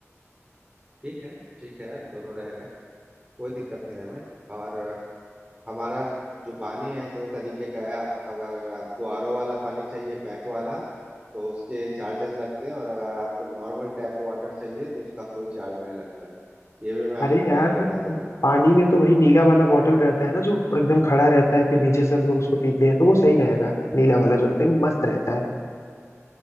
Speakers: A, on the right; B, on the left.
A: ठीक है ठीक है दोनों रहेगा कोई दिक्कत नहीं है हमें और अ, हमारा जो पानी है दो तरीके का है आप अगर आपको आरओ वाला पानी चाहिए पैक वाला तो उसके चार्जेस लगते हैं और अगर आपको नॉर्मल टैप वाटर चाहिए तो उसका कोई चार्ज नहीं लगता है ये भी मैं आपको
B: अरे
A: पहले
B: यार
A: बता दे रहा हूँ
B: पानी में तो वही नीला वाला बॉटल रहता है ना जो एकदम खड़ा रहता है फिर नीचे से हम लोग उसको पीते हैं तो वो सही रहेगा नीला वाला जो रहता है मस्त रहता है